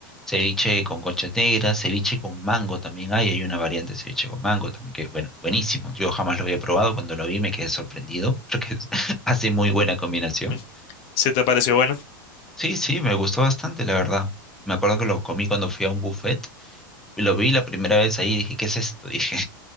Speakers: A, in the centre; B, on the left.
A: ceviche con conchas negras, ceviche con mango también hay, hay una variante de ceviche con mango también que es buen- buenísimo. Yo jamás lo había probado, cuando lo vi me quedé sorprendido porque es- <laughs> hace muy buena combinación.
B: Mm, ¿Se te pareció bueno?
A: Sí, sí, me gustó bastante, la verdad. Me acuerdo que lo comí cuando fui a un buffet Lo vi la primera vez ahí y dije, ¿qué es esto? <laughs> Dije,